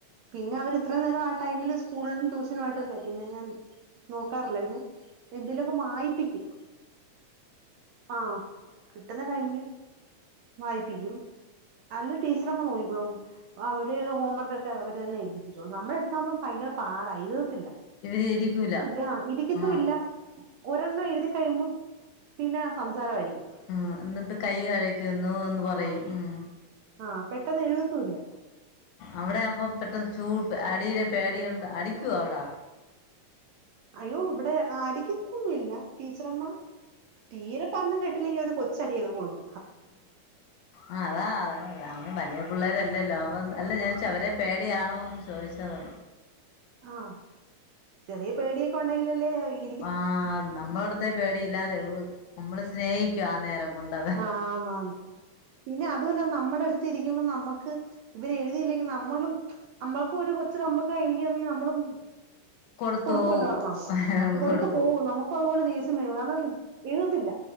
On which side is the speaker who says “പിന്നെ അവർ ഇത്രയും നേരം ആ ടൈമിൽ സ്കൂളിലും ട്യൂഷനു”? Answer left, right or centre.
Right